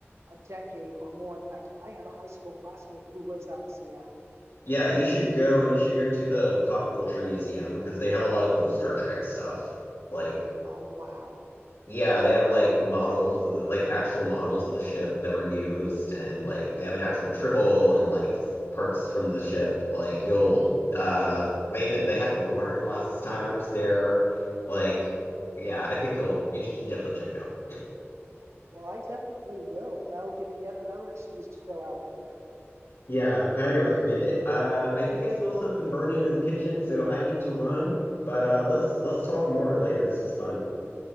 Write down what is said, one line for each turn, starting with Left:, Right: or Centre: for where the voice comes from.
Right: a decade or more. In fact, I have a high school classmate who lives out in Seattle.
Left: Yeah, you should go and you should go to the Pop Culture Museum because they have a lot of cool Star Trek stuff. Like,
Right: Oh, wow.
Left: yeah, they have like models of the, like actual models of the ship that were used, and like they have an actual Tribble and like s- parts from the ship. Like, you'll uh, they even they had Gorn last time I was there. Like, yeah, I think you'll you should definitely check it out.
Right: Well, I definitely will. That'll give me yet another excuse to go out there.
Left: Yeah, highly recommend it. Uh, I think I smell something burning in the kitchen, so I need to run. But uh, let's let's talk more later. This was fun.